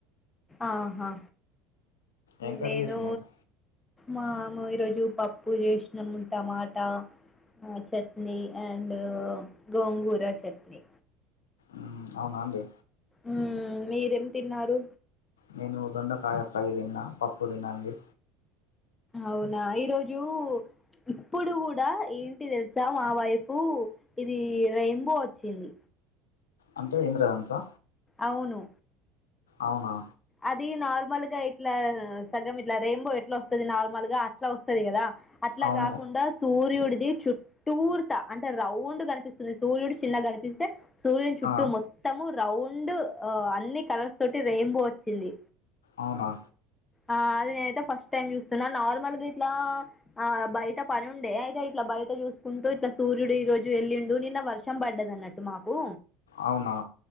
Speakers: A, on the left (about 20°); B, on the left (about 85°).
A: ఆహా
B: ఏం
A: నేను
B: కర్రీ చేసిందండి
A: మాము ఈరోజు పప్పు చేసినాము టమాటా చట్నీ అండ్ అందులో గోంగూర చట్నీ
B: ఉమ్ అవునా అండి
A: ఉమ్ మీరేం తిన్నారు
B: నేను దొండకాయ ఫ్రై తిన్నా పప్పు తినండి
A: అవునా ఈరోజు ఇప్పుడు గూడా ఏంటి తెలుసా స మా వైపు ఇది రెయిన్బో వచ్చింది
B: అంటే ఇంద్రధనుసా
A: అవును
B: అవునా
A: అది నార్మల్గా ఇట్లా సగం ఇట్లా రెయిన్బో ఎట్లా వస్తది నార్మల్గా అట్లా వస్తుది కదా అట్లా
B: అవును
A: గాకుండా సూర్యుడిది చుట్టూరుత అంటే రౌండ్ కనిపిస్తుంది సూర్యుడు చిన్నగా కనిపిస్తే సూర్యుని చుట్టూ
B: ఆ
A: మొత్తము రౌండ్ అన్ని కలర్స్ తోటి రెయిన్బో వచ్చింది
B: అవునా
A: అహ్ అది నేనయితే ఫస్ట్ టైమ్ చూస్తున్నా నార్మల్గా ఇట్లా ఆ బయట పనిండే అయితే ఇట్లా బయట చూసుకుంటూ ఇట్లా సూర్యుడు ఈ రోజు వెళ్లిండు నిన్న వర్షం పడ్డది అన్నట్టు మాకు
B: అవునా